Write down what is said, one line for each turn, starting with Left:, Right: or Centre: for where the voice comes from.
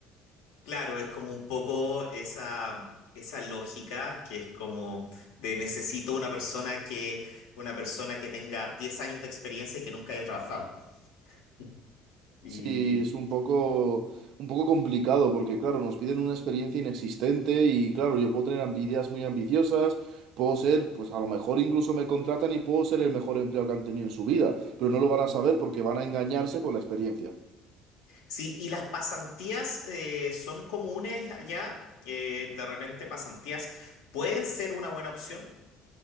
Left: Claro, es como un poco esa, esa lógica que es como de necesito una persona que, una persona que tenga 10 años de experiencia y que nunca haya trabajado. <laughs> Y
Right: Sí, es un poco, un poco complicado porque, claro, nos piden una experiencia inexistente y, claro, yo puedo tener amb- ideas muy ambiciosas, puedo ser, pues a lo mejor incluso me contratan y puedo ser el mejor empleado que han tenido en su vida, pero no lo van a saber porque van a engañarse con la experiencia.
Left: sí, y las pasantías eh, son comunes allá. Eh, de repente pasantías pueden ser una buena opción.